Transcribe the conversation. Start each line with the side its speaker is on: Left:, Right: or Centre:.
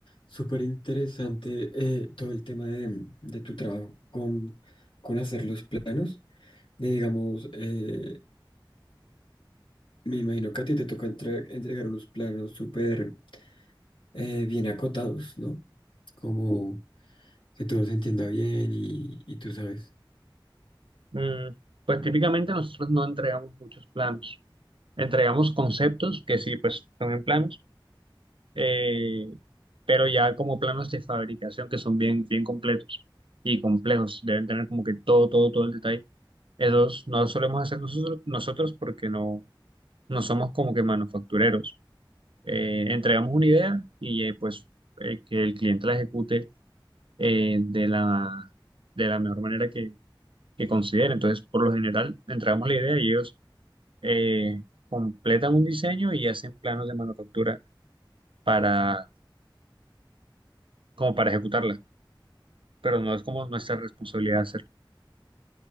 Left: súper interesante eh, todo el tema de, de tu trabajo con, con hacer los planos. Y digamos, eh, me imagino que a ti te toca entre- entregar unos planos súper eh, bien acotados, ¿no? Como que todo se entienda bien y, y tú sabes.
Right: Mm, Pues típicamente nosotros no entregamos muchos planos, entregamos conceptos que sí, pues son en planos, eh, pero ya como planos de fabricación que son bien, bien completos y complejos, deben tener como que todo, todo, todo el detalle. Esos no los solemos hacer nosotros, nosotros porque no, no somos como que manufactureros. Eh, entregamos una idea y eh, pues eh, que el cliente la ejecute eh, de la, de la mejor manera que, que considere. Entonces, por lo general, entregamos la idea y ellos eh, completan un diseño y hacen planos de manufactura para, como para ejecutarla, pero no es como nuestra responsabilidad hacerlo.